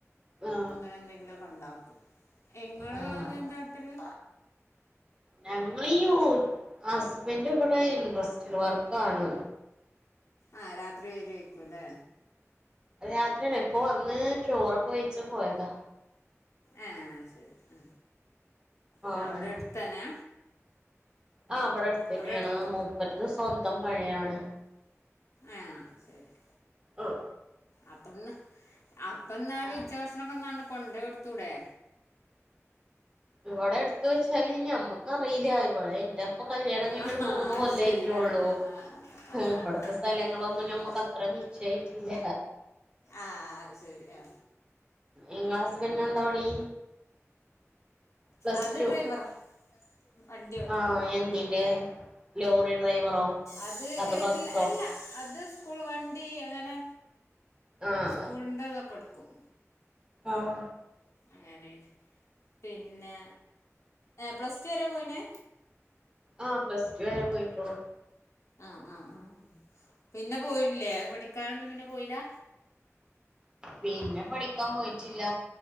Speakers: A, on the right; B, on the left.
A: ആ
B: അങ്ങനെ എന്തെങ്കിലും ഒക്കെ ഇണ്ടാകും ഇങ്ങള്
A: ആഹ്
B: എന്താട്ടല്
A: ഞങ്ങളീ ഹസ്ബൻഡിവിടെ ഇൻട്രസ്റ്റിയല് വർക്കാണ്.
B: ആഹ രാത്രി വരേ രുക്കും ല്ലേ.
A: രാത്രിയല്ല ഇപ്പൊ വന്ന് ചോറൊക്കെ വെയിച്ച് പോയതാ.
B: ആ ശരി ആ
A: ആഹ്
B: ആ അവിടെ എടുത്തന്നെ?
A: ആ ഇവിടെ അടുത്തന്നെയാണ്
B: അവിടെ അടു
A: മൂപ്പരത് സ്വന്തം പണിയാണ്.
B: ഏ ശരി
A: ആഹ്
B: അപ്പന്ന്. അപ്പന്നാല്
A: ആഹ്
B: ഉച്ചഭക്ഷണൊ കൊന്ന് കൊണ്ട് കൊടുത്തൂടെ.
A: ഇവിടെ എടുത്ത് വെച്ചാല് നമ്മക്കറിയില്ല ഇവിടെ എറെ ഇപ്പൊ കല്യാണം കഴിഞ്ഞിട്ട്
B: ആഹ്
A: മൂന്ന് കൊല്ലായി
B: ശരി
A: റ്റൊള്ളൂ
B: ആഹ് ആഹ് ആഹ് ആഹ്
A: ഇവിടത്തെ
B: ആഹ് ആഹ്
A: സ്ഥലങ്ങളൊന്നും നമ്മക്ക്
B: ആഹ്
A: അത്ര നി ശ്ചയായിട്ടില്ല.
B: ആഹ അയ് ശെരി ആ
A: ഇങ്ങള ഹസ്ബൻഡി ന് എന്താ പണി? പ്ലസ്
B: അത്
A: ടു
B: ഡ്രൈവറാ വണ്ടി ഓട്ടണം
A: ആഹ
B: ആ
A: എന്തിന്റെ? ലോറി ഡ്രൈവറോ?
B: അത്
A: അതോ ബസ്സോ
B: അല്ല അത് സ്കൂൾ വണ്ടി അങ്ങനെ.
A: ആഹ്
B: സ്കൂൾന്റെ ഇതൊക്കെ എടുക്കും.
A: ആഹ
B: അങ്ങനെ പിന്നെ പ്ലസ്ടുവരെ പോയിനെ
A: ആഹ് പ്ലസ്ടുവരെ പോയിക്ണു
B: ആഹ് ആഹ ആഹ് പിന്നെ പോയില്ലേ പഠിക്കാനൊന്നും പിന്നെ പോയില്ലാ
A: പിന്നെ പഠിക്കാൻ പോയിറ്റില്ല